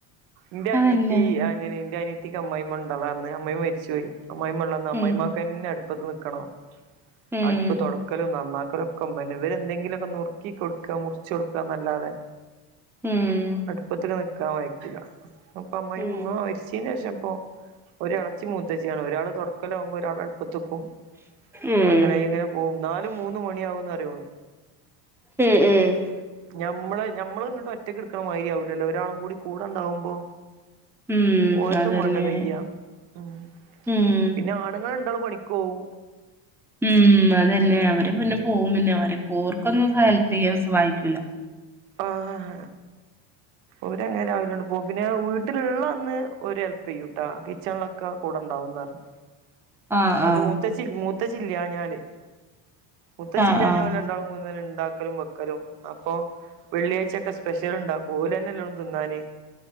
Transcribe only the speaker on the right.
ന്റെ അനിയത്തി
അങ്ങനെ ന്റെ അനിയത്തിക്ക് അമ്മായിമ്മണ്ടള അന്നേ അമ്മായിമ്മ മരിച്ചോയി അമ്മായിമ്മ ഇള്ളന്ന് അമ്മായിമ്മ
പിന്നെ അടുപ്പത്ത് നിക്കണം
അടുപ്പ് തൊട ക്കലും നന്നാക്കലൊക്കെമ്മന്നെ ഇവരെന്തെങ്കിലൊക്കെ നുർക്കി കൊടുക്കാ മുർച്ച് കൊടുക്കാന്നല്ലാതെ-
അടുപ്പത്തിൽ വക്കാൻ വയിക്കൂല അപ്പ അമ്മായി
ഉമ്മ മരിച്ചതിന് ശേഷം ഇപ്പൊ ഒരെളച്ചി മൂത്തച്ചിയാണ് ഒരാള് തുടക്കലാകുമ്പോൾ ഒരാൾ അടുപ്പത്ത്ക്കും
അങ്ങനായിങ്ങനെ പോകും ന്നാലും മൂന്ന് മണി ആകും കറിയോളൂ
ഞമ്മള് ഞമ്മൾ ഇങ്ങട്ട് ഒറ്റക്ക്ടുക്കണ മാതിരി ആവൂലല്ലോ ഒരാളും കൂടി കൂടെണ്ടാവുമ്പോ
ഓർതും
മാണ്ടേ കയ്യാ ഉം
പിന്നെ ആണുങ്ങൾ രണ്ടാളൂ പണിക്കോവും
ആഹ ഓരങ്ങനെ രാവിലണ്ട് പോകും പിന്നെ വീട്ടിലുള്ള അന്ന് ഓര് ഹെൽപ്പ് ചെയ്യൂട്ടാ കിച്ചണിലൊക്കെ കൂടെണ്ടാവും പറഞ്ഞു
അത്
മൂത്തച്ചി മൂത്തച്ചില്ലാഞ്ഞാല് മുത്തച്ചില്ലഞ്ഞാല്
ഓല് രണ്ടാളും ക ഇണ്ടാക്ക മക്കലും ബക്കലും അപ്പൊ വെള്ളിയാഴ്ചൊക്കെ സ്പെഷ്യൽ ഉണ്ടാക്കും ഓലന്നെല്ലോള്ളൂ തിന്നാന്